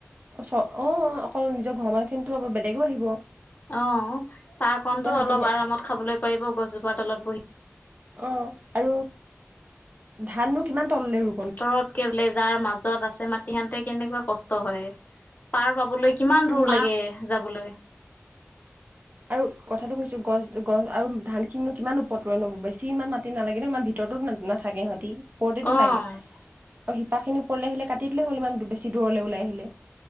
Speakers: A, on the right; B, on the left.
A: অ', অকল নিজৰ ঘৰ মানুহখিনিতো লব বেলেগো আহিব।
B: অ', চাহকণতো
A: কিমান শান্তি
B: অলপ
A: পায়।
B: আৰামত খাবলৈ পাৰিব গছজোপা তলত বহি।
A: অ', আৰু ধাননো কিমান তললে ৰু
B: আঁতৰত <unintelligible> কেলেজাৰ মাজত আছে মাটি আনোতে কেনেকুৱা কষ্ট হয় পাৰ পাবলৈ কিমান
A: উম
B: দূৰ লাগে যাবলৈ।
A: আৰু কথাটো কৈছো গছ গছ আৰু ধান খিনিনো কিমান উপৰত ৰুৱেনো বেছি ইমান মাটি নালাগে ন' ইমান ভিত ভিতৰতো নাথাকে ইহঁতি। ওপৰতেতো
B: অ',
A: লাগে আৰু শিপাখিনি ওপৰলৈ আহিলে কাটি দিলে হ'ল ইমান বেছি দূৰলৈ ওলাই আহিলে।